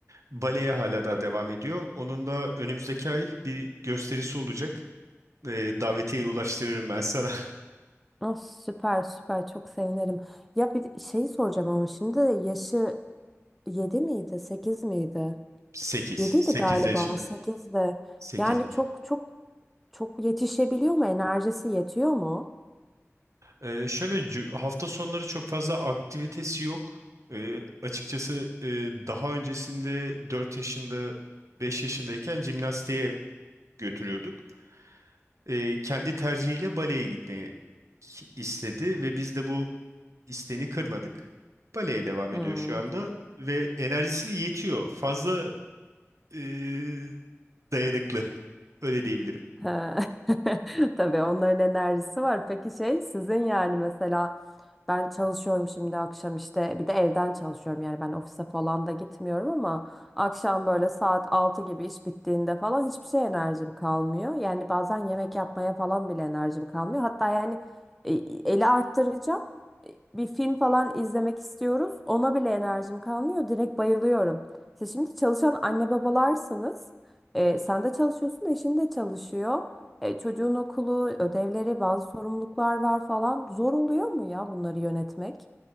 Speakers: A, on the right (about 80°); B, in the centre.
A: Baleye hala daha devam ediyor. Onun da önümüzdeki ay bir gösterisi olacak. Ee, davetiyeyi ulaştırırım ben sana.
B: Ah, süper süper çok sevinirim. Ya bir şey soracağım ama şimdi de yaşı 7 miydi Sekiz miydi?
A: <laughs> 8,
B: Yediydi
A: 8
B: galiba
A: yaşında.
B: 8'de.
A: sekiz.
B: Yani çok çok çok yetişebiliyor mu? Enerjisi yetiyor mu?
A: Ee, şöyle cu- hafta sonları çok fazla aktivitesi yok. Ee, açıkçası e, daha öncesinde 4 yaşında 5 yaşındayken jimnastiğe götürüyorduk. Ee, kendi tercihiyle baleye gitmeyi ki- istedi ve biz de bu isteğini kırmadık. Baleye devam
B: Hmm.
A: ediyor şu anda ve enerjisi yetiyor. Fazla e, dayanıklı öyle diyebilirim.
B: He. <laughs> Tabii onların enerjisi var. Peki şey sizin yani mesela Ben çalışıyorum şimdi akşam işte bir de evden çalışıyorum yani ben ofise falan da gitmiyorum ama akşam böyle saat 6 gibi iş bittiğinde falan hiçbir şey enerjim kalmıyor. Yani bazen yemek yapmaya falan bile enerjim kalmıyor. Hatta yani e, eli arttıracağım. E, Bir film falan izlemek istiyoruz. Ona bile enerjim kalmıyor. Direkt bayılıyorum. Siz şimdi çalışan anne babalarsınız. E, sen de çalışıyorsun, eşin de çalışıyor. E, çocuğun okulu, ödevleri, bazı sorumluluklar var falan. Zor oluyor mu ya bunları yönetmek?